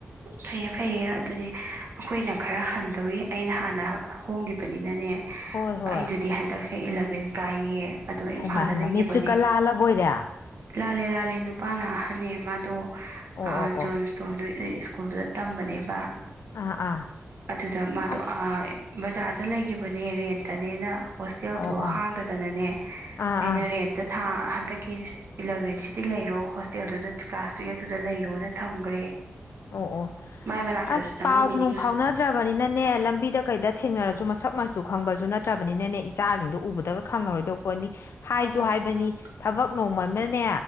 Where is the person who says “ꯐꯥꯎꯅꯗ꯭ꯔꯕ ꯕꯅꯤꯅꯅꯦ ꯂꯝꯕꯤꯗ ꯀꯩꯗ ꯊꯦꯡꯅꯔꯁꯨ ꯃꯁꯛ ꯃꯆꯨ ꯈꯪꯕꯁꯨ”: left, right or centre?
Left